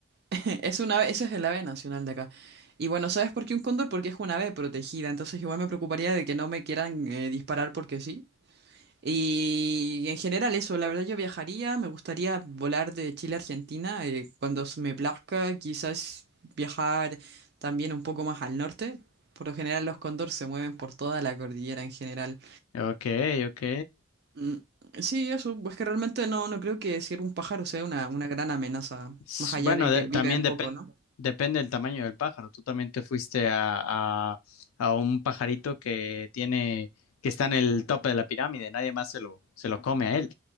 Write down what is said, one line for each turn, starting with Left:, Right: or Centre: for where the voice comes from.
Right: <laughs> es un ave, ese es el ave nacional de acá. Y bueno, ¿sabes por qué un cóndor? Porque es un ave protegida, entonces igual me preocuparía de que no me quieran eh, disparar porque sí. Y en general eso, la verdad yo viajaría, me gustaría volar de Chile a Argentina, eh, cuando se me plazca, quizás viajar también un poco más al norte. Por lo general los cóndor se mueven por toda la cordillera en general.
Left: Ok, ok.
Right: Mm, sí, eso, pues que realmente no, no creo que decir un pájaro sea una, una gran amenaza,
Left: S-
Right: más allá
Left: Bueno,
Right: de
Left: de-
Right: que viva
Left: también
Right: un
Left: depen-
Right: poco, ¿no?
Left: depende del tamaño del pájaro. Tú también te fuiste a, a- a un pajarito que tiene, que está en el tope de la pirámide, nadie más se lo, se lo come a él.